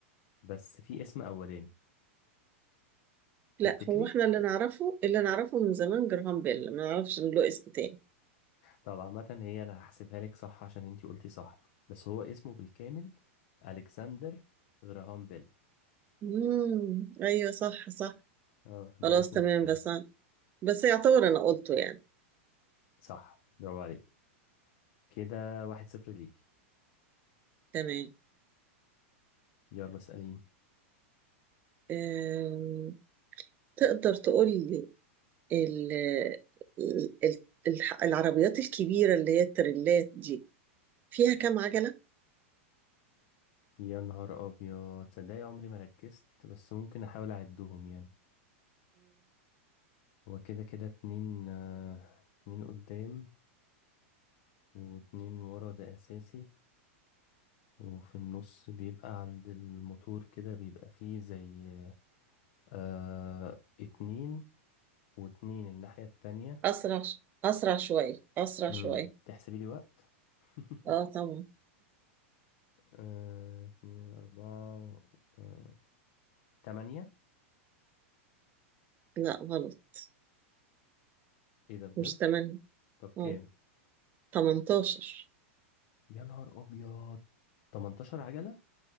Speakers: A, on the left; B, on the right.
A: بس في اسم اولاني تفتكري
B: لا هو احنا اللي نعرفه اللي نعرفه من زمان جراهام بيل ما نعرفش إن له اسم تاني
A: طب عامة هي انا هحسبها لك صح عشان انتي قلتي صح بس هو اسمه بالكامل الكسندر غراهام بيل
B: امم ايوه صح صح
A: اه ده
B: خلاص
A: اسم
B: تمام
A: بالكامل
B: بس أنا- بس يعتبر انا قلته يعني
A: صح برافو عليك كده واحد صفر ليكي
B: تمام
A: يلا اسأليني
B: آم، تقدر تقول لي ال ال- ال- العربيات الكبيرة اللي هي التريلات دي فيها كام عجلة؟
A: يا نهار ابيض تصدقي عمري ما ركزت بس ممكن احاول اعدهم يعني هو كده كده اتنين آه، اتنين قدام واتنين ورا ده اساسي وفي النص بيبقى عند الموتور كده بيبقى فيه زي آه اتنين واتنين الناحية التانية
B: أسرع ش- أسرع شوية أسرع
A: امم
B: شوية
A: تحسبي لي وقت <laughs>
B: اه طبعا
A: آه اتنين اربعة تا- تمانية
B: لا غلط
A: ايه ده بجد
B: مش تمانية
A: طب كام
B: اه تمنتاشر
A: يا نهار ابيض 18 عجلة